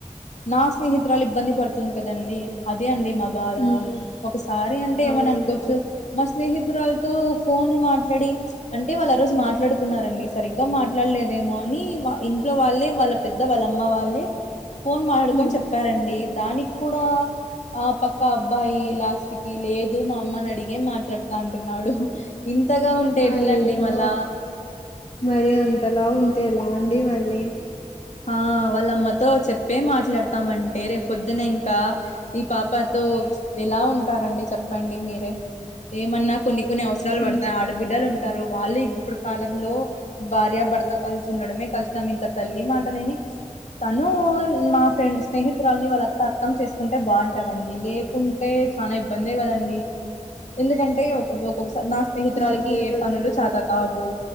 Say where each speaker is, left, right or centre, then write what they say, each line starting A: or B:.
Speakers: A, on the left; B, on the left.
A: నా స్నేహితురాలు ఇబ్బంది పడుతుంది కదండి అదే అండి మా బాధా
B: ఉమ్
A: ఒకసారి అంటే ఏమన్న
B: అవునండి
A: అనుకోవచ్చు మా స్నేహితురాలితో ఫోన్ మాట్లాడి అంటే వాళ్ళు ఆ రోజు మాట్లాడుకున్నారండి సరిగ్గ మాట్లాడలేదేమో అని వా ఇంట్లో వాళ్ళే వాళ్ళ పెద్ద వాళ్ళ అమ్మ వాళ్ళే ఫోన్ మాట్లాడుకో
B: ఉమ్
A: చెప్పారండి దానికి కూడా ఆ పక్క అబ్బాయి లాస్ట్ కి లేదు మా అమ్మని అడిగే మాట్లాడుతా అంటున్నాడు ఇంతగా ఉంటే ఎట్ల
B: అయ్యో
A: అండి మల్ళ
B: మరి అంతలా ఉంటే ఎలా అండీ మరి
A: ఆ వాళ్ళ అమ్మతో చెప్పే మాట్లాడతామంటే రేపు పొద్దున ఇంకా ఈ పాపతో ఎలా ఉంటారంండి చెప్పండి మీరే ఏమన్నా కొన్ని కొన్ని అవసరాలు పడతాయ్
B: ఉమ్,
A: ఆడబిడ్డలు ఉంటారు వాళ్ళు ఇప్పుడు కాలంలో భార్య భర్త కలిసి ఉండడమే కష్టం ఇంకా తల్లి మాటలు విని తను మా ఫ్రెండ్ స్నేహితురాల్ని వాళ్ళ అత్త అర్థం చేసుకుంటే బాగుంటదండి లేకుం టే చాన ఇబ్బందిే కదా అండి ఎందుకంటే ఒొక్కసారి నా స్నేహితురాలకి
B: అంతే
A: ఏ
B: కదండి
A: పనులు చత కావు